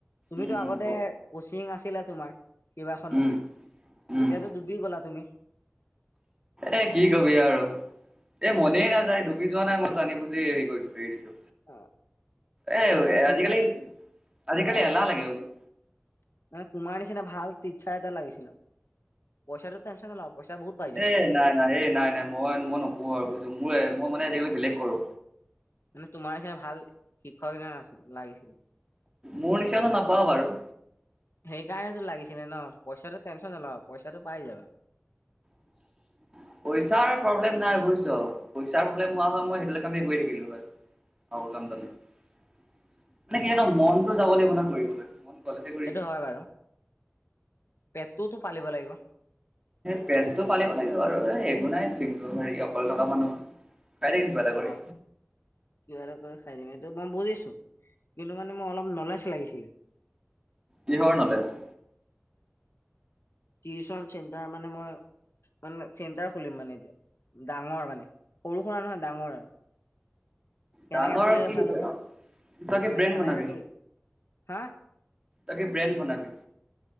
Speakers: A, on the left; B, on the right.
A: তুমিতো
B: উম
A: আগতে
B: উম ক
A: কচিং আছিলা তোমাৰ। কেইবাখনো
B: উম
A: এতিয়াতো
B: উম
A: ডুবি গলা তুমি।
B: এ কি কবি আৰু এ মনেই নাযায় ডুবি যোৱা নাই মই জানি বুজি হেৰি কৰি দিছো হে দিছো।
A: অ
B: এ
A: মানে মোৰ টিচাৰ
B: আজিকালি আজিকালি
A: অ
B: এলাহ লাগে মোক।
A: মানে তোমাৰ নিচিনা ভাল ইচ্ছা এটা লাগিছিল পইচাটো। টেনচন নলবা পইচা বহুত পাই যাবা
B: এ নাই নাই এই নাই নাই মই মই নকো আৰু বুজছো মোৰ। মই মানে আজিকালি বেলেগ কৰো।
A: মানে তোমাৰ চ ভাল শিক্ষক আছিল লাগিছিল।
B: মোৰ নিচিনা নাপাওঁ বাৰু।
A: সেইকাৰণেতো লাগিছিলে ন পইচাটো টেনচন নলা পইচাটো পাই যাবা।
B: <inaudible> পইচাৰ প্ৰব্লেম নাই বুজিছ পইচাৰ প্ৰব্লেম হোৱা হয় মই সেইটোে কামে কৰি থাকিলো হয়। অ' মানে কি জান মনতো যাব লাগিব ন কৰিবলৈ মন। হলেহে কৰিবি।
A: সেইটো হয় বাৰু। পেটটোতো পালিব লাগিব
B: পেটটো পালিব লাগিব আৰু। আকো নাই চি হেৰি অকলে থকা মানুহ। খাই থাকিম কিবা এটা কৰি।
A: অ' ক কিবা এটা কৰি খাই দিম এইটো মই বুজিছো। কিন্তু মানে মোৰ অলপ নলেজ লাগিছিলে।
B: কিহৰ নলেজ।
A: টিউচন চেণ্টাৰ মানে মই। মানে চেণ্টাৰ খুলিম মানে এতিয়া, ডাঙৰ মানে সৰু-সুৰা নহয় ডাঙৰ আৰু। কেনেকে
B: ডাঙৰ
A: খুলিলে
B: কি
A: ভাল
B: হৈছে
A: হ'ব
B: আৰু, তাকে
A: মানে
B: ব্ৰেণ্ড
A: কেনেকে
B: বনাবি।
A: খুলি হা
B: তাকে ব্ৰেণ্ড বনাবি।